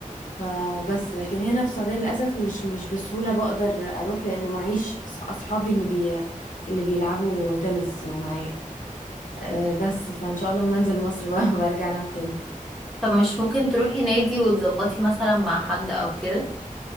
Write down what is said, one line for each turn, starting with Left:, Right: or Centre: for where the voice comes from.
Left: فبس لكن هنا في السعودية للأسف مش مش بسهولة بقدر أروح لأنه معيش أص- أصحابي اللي بي اللي بيلعبوا تنس يعني معايا آه، بس فان شاء الله لما انزل مصر بقى <laughs> برجع العب تاني
Centre: طب مش ممكن تروحي نادي وتظبطي مثلا مع حد او كده